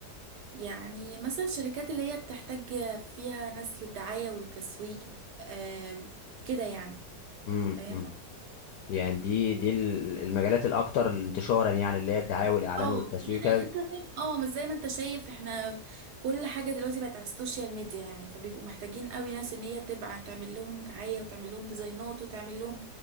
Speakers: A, on the right; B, on the left.
A: يعني مثلا الشركات اللي هي بتحتاج فيها ناس للدعاية والتسويق آم، كده يعني
B: امم
A: فاهم
B: أمم. يعني دي دي ال- المجالات الاكثر انتشارا يعني اللي هي الدعايه والاعلان
A: اه
B: والتسويق
A: يعني انت فاهم اه مش زي ما انت شايف احنا كل حاجه دلوقتي بقت على السوشيال ميديا يعني فبيبقوا محتاجين قوي ناس ان هي تبقى تعمل لهم دعايه وتعمل لهم ديزاينات وتعمل لهم